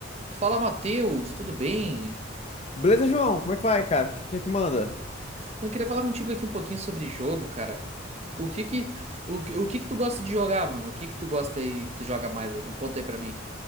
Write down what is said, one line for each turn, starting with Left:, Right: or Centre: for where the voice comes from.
Right: Fala, Matheus, tudo bem?
Left: Beleza, João? Como é que vai, cara? O que, que que manda?
Right: Eu queria falar contigo aqui um pouquinho sobre jogo, cara. O que que, o, que- o que que tu gosta de jogar, mano? O que que tu gosta aí, que tu joga mais aí? Me conta aí pra mim.